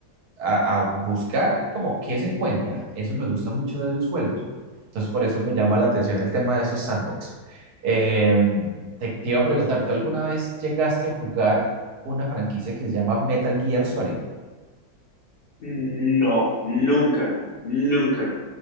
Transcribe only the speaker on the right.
a, a buscar como qué se encuentra. Eso me gusta mucho de esos juegos. Entonces, por eso me llama la atención el tema de esos sandbox. Eh, te, te iba a preguntar, ¿tú alguna vez llegaste a jugar una franquicia que se llama Metal Gear Solid?